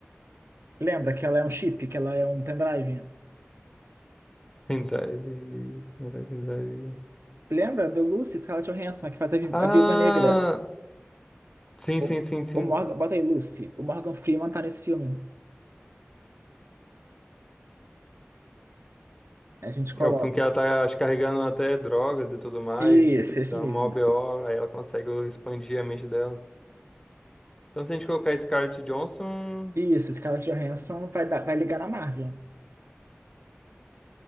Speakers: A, on the right (about 75°); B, on the left (about 15°).
A: Lembra que ela é um chip, que ela é um pendrive?
B: Pendrive, pendrive, pendrive.
A: Lembra do Lucy, Scarlett Johansson, que faz a, vi-
B: Ah,
A: a Viúva Negra?
B: sim,
A: O,
B: sim, sim, sim.
A: o Morgan, bota aí, Lucy. O Morgan Freeman tá nesse filme. A gente coloca.
B: É o filme que ela tá, acho, carregando até drogas e tudo mais.
A: Isso, esse
B: Dá
A: mesmo.
B: uma OBO, aí ela consegue expandir a mente dela. Então, se a gente colocar Scarlett Johansson,
A: Isso, Scarlett Johansson vai, dar- vai ligar na Marvel.